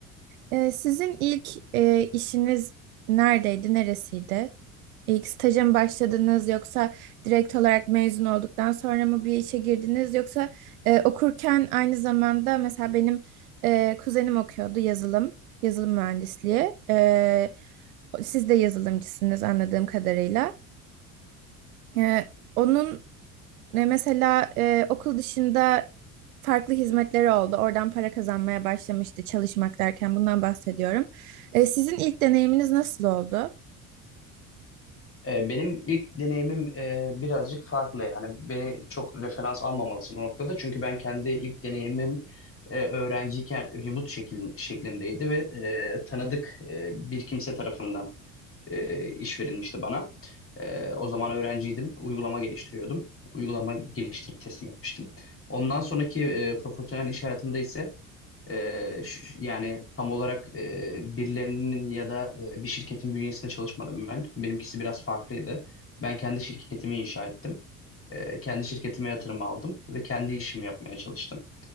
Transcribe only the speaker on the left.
Ee, benim ilk deneyimim e, birazcık farklı. Yani beni çok referans almamalısın o noktada. Çünkü ben kendi ilk deneyimim e, öğrenciyken remote şekil, şeklindeydi ve e, tanıdık e, bir kimse tarafından e, iş verilmişti bana. E, o zaman öğrenciydim, uygulama geliştiriyordum. Uygulama geliştirip teslim etmiştim. Ondan sonraki e, profesyonel iş hayatımda ise e, ş- yani tam olarak e, birilerinin ya da e, bir şirketin bünyesinde çalışmadım ben. Benimkisi biraz farklıydı. Ben kendi şirketimi inşa ettim. E, kendi şirketime yatırım aldım ve kendi işimi yapmaya çalıştım